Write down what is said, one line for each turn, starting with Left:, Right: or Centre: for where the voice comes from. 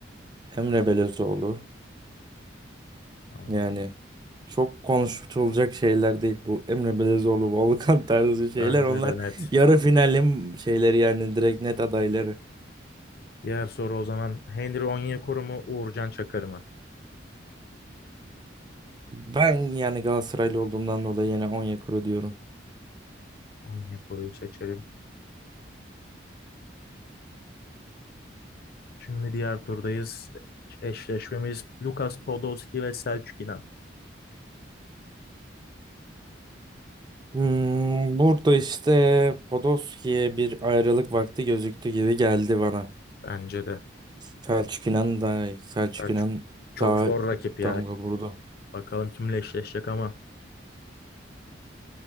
Right: Emre Belezoğlu
Left: Tamam.
Right: yani çok konuşulacak şeyler değil bu Emre Belezoğlu, Volkan <laughs> tarzı şeyler
Left: Bence
Right: onlar
Left: de net.
Right: yarı finalim şeyleri yani direkt net adayları.
Left: Diğer soru o zaman Henry Onyekuru mu Uğurcan Çakır mı?
Right: Ben yani Galatasaraylı olduğumdan dolayı yine Onyekuru diyorum.
Left: Onyekuru'yu seçelim. Şimdi diğer turdayız. Eşleşmemiz Lucas Podolski ve Selçuk İnan.
Right: Hmm, burada işte Podolski'ye bir ayrılık vakti gözüktü gibi geldi bana.
Left: Bence de.
Right: Selçuk İnan daha iyi. Selçuk
Left: Selçuk
Right: İnan
Left: çok
Right: daha
Left: zor rakip
Right: bir
Left: ya.
Right: damga vurdu.
Left: Bakalım kimle eşleşecek ama